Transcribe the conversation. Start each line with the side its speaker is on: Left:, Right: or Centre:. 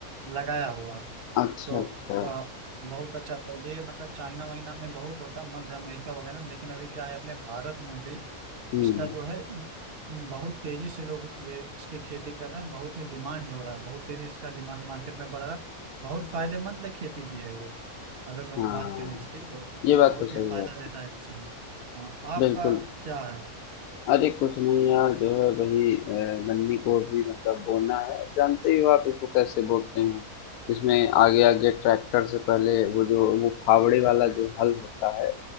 Right: लगाया हुआ है
Left: अच्छा
Right: तो
Left: अच्छा
Right: आ, बहुत अच्छा पहले मतलब चाइना वाइना में बहुत होता मध्य अमेरिका वगैरह में, लेकिन अभी क्या है अपने भारत में भी
Left: हम्म
Right: इसका जो है बहुत तेजी से लोग ये इसकी खेती कर रहे हैं बहुत ही डिमांड हो रहा है बहुत तेजी से इसका डिमांड मार्केट में बढ़ रहा है बहुत फायदेमंद खेती भी है ये अगर जो
Left: हाँ
Right: हम बात करें इसकी तो
Left: ये बात
Right: बहुत
Left: तो सही
Right: ही फायदा
Left: है
Right: देता है किसान को हाँ आपका
Left: बिल्कुल
Right: क्या है
Left: अरे कुछ नहीं यार जो है वही अ, गन्ने को भी मतलब बोना है जानते ही हो आप इसको कैसे बोलते हैं इसमें आगे आगे ट्रैक्टर से पहले वो जो वो फावड़े वाला जो हल होता है